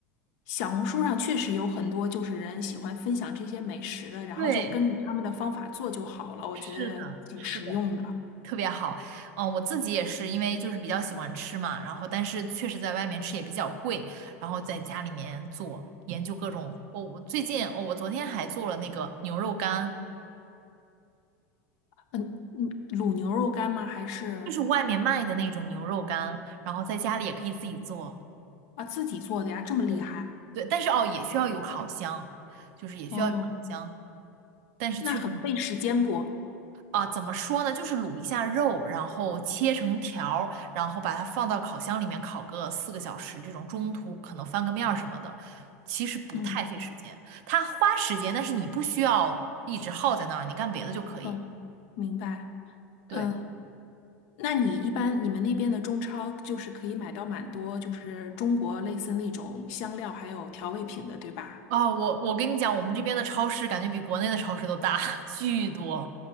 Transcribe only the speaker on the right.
对，
是的，是的。特别好。嗯、我自己也是，因为就是比较喜欢吃嘛，然后但是确实在外面吃也比较贵，然后在家里面做，研究各种。我、我最近哦，我昨天还做了那个牛肉干，
就是外面卖的那种牛肉干，然后在家里也可以自己做。
对，对，但是哦，也需要有烤箱，就是也需要有烤箱，
但是确实。
啊，怎么说呢？就是卤一下肉，然后切成条儿，然后把它放到烤箱里面烤个四个小时，这种中途可能翻个面儿什么的，其实不太费时间。
它花时间，但是你不需要一直耗在那儿，你干别的就可以。
对，
啊，我我跟你讲，我们这边的超市感觉比国内的超市都大，<laughs> 巨多。